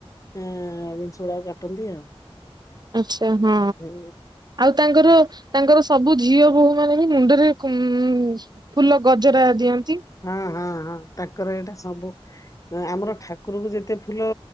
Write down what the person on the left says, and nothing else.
ଆଁ ବିଂଶ ଗୂରା କାଟନ୍ତି ଆଉ
ହୁଁ
ହଁ ହଁ ହଁ ତାଙ୍କର ଏଇଟା ସବୁ ଆମର ଠାକୁରକୁ ଯେତେ ଫୁଲ